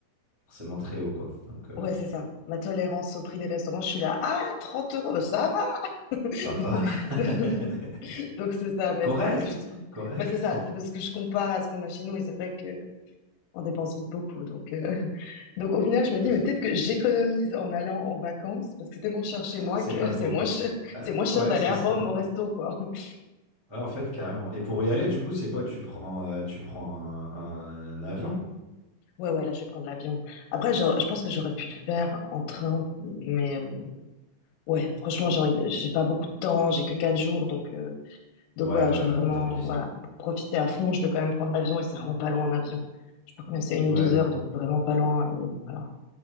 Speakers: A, on the right; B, on the left.
A: forcément très haut, quoi. Donc, euh,
B: Ouais, c'est ça. Ma tolérance au prix des restaurants, je suis là, ah, 30 euros, ben ça va.
A: ça va.
B: <laughs>
A: <laughs>
B: Donc c'est ça, mais
A: Correct,
B: c'est c'est juste,
A: correct.
B: bah c'est ça, c'est parce que je compare à ce qu'on a chez nous et c'est vrai que on dépense vite beaucoup. Donc euh, <laughs> donc au final, je me dis
A: Je sais-
B: mais peut-être que j'économise en allant en vacances parce que c'est tellement cher chez
A: Eh,
B: moi
A: C'est
B: que
A: pas faux.
B: <laughs> c'est moins cher,
A: Ah,
B: c'est moins cher
A: ouais,
B: d'aller
A: c'est
B: à
A: ça.
B: Rome au resto quoi. <laughs>
A: Ouais, en fait, carrément. Et pour y aller, du coup, c'est quoi? Tu prends, euh, tu prends un, un- un avion?
B: Ouais ouais, là je vais prendre l'avion. Après je, je pense que j'aurais pu le faire en train, mais euh, ouais, franchement j'ai envie- j'ai pas beaucoup de temps, j'ai que quatre jours donc. euh, Donc
A: Ouais,
B: voilà,
A: ouais,
B: je veux
A: faut
B: vraiment
A: rentabiliser.
B: voilà, pour profiter à fond. Je vais quand même prendre l'avion et c'est vraiment pas loin en avion. Je sais pas combien c'est, une
A: Ouais,
B: ou deux heures, donc vraiment pas loin. Et voilà,